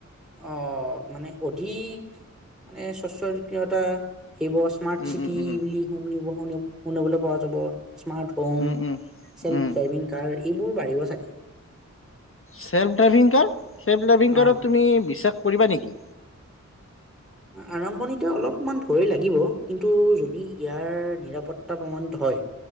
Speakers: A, in the centre; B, on the left (about 45°).
A: অঁ, মানে অধিক মানে, <unintelligible> smart
B: um,
A: city
B: um, um,
A: বুলি শু শুনিবলৈ পোৱা যাব। Smart- home,
B: um, um.
A: Self
B: um,
A: driving car এইবোৰ বাঢ়িব চাগে।
B: Self driving car! Self driving কাৰক
A: অ
B: তুমি বিশ্বাস কৰিবা নেকি?
A: আৰম্ভণিতে অলপমান ভয় লাগিব, কিন্তু যদি ইয়াৰ নিৰাপত্তা প্ৰমাণিত হয়-